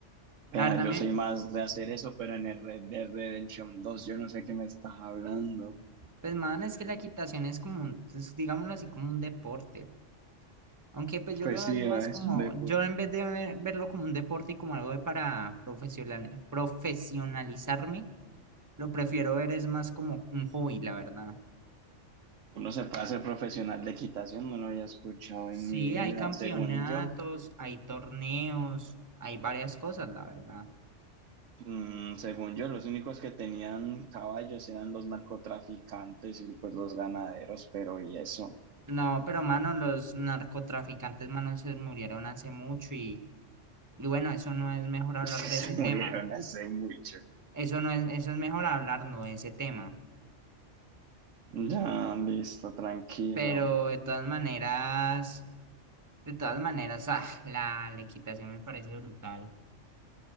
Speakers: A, on the right; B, on the right.
A: Vea,
B: La verdad
A: yo
B: me,
A: soy más de hacer eso, pero en el Red Dead Redemption dos, yo no sé qué me estás hablando.
B: pues más es que la equitación es como, un- es, digámoslo así, como un deporte. Aunque pues yo
A: Pues
B: lo veo
A: sí,
B: más
A: ah,
B: como,
A: es un deporte.
B: yo en vez de ver- verlo como un deporte y como algo de para profesional, profesionalizarme, Lo prefiero ver, es más como un hobby, la verdad.
A: Uno se puede hacer profesional de equitación, no lo había escuchado
B: Sí,
A: en mi vida.
B: hay campeonatos,
A: Según yo,
B: hay torneos, hay varias cosas, la verdad.
A: mm, según yo, los únicos que tenían caballos eran los narcotraficantes y pues los ganaderos, pero y eso,
B: No, pero mano, los narcotraficantes, mano, se murieron hace mucho y, y bueno, eso no es mejor
A: <laughs>
B: hablar
A: es que
B: de
A: se
B: ese
A: murieron
B: tema.
A: hace mucho.
B: Eso no es, eso es mejor hablar no de ese tema.
A: Ya, listo, tranquilo.
B: Pero de todas maneras, de todas maneras, ah, la, la equitación me parece brutal.